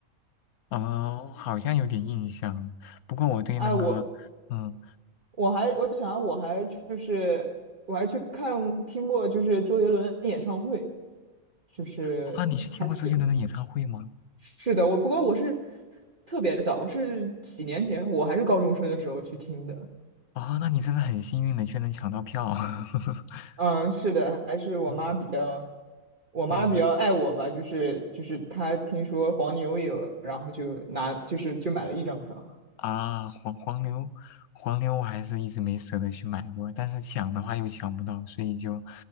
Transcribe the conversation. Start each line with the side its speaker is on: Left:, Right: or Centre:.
Left: 啊，我好像有点印象，不过我对那个，
Right: 哎，我
Left: 嗯，
Right: 我还我想我还就是我还去看听过就是周杰伦的演唱会，就是还是。
Left: 啊，你去听过周杰伦的演唱会吗？
Right: 是的，我不过我是特别早，我是几年前，我还是高中生的时候去听的。
Left: 啊，那你真是很幸运的，居然能抢到票。<laughs>
Right: 嗯，是的，还是我妈比较，
Left: 嗯
Right: 我妈比较爱我吧，
Left: 嗯，
Right: 就是就是她听说黄牛有，然后就拿就是就买了一张票。
Left: 啊，黄黄牛，黄牛我还是一直没舍得去买过，但是抢的话又抢不到，所以就，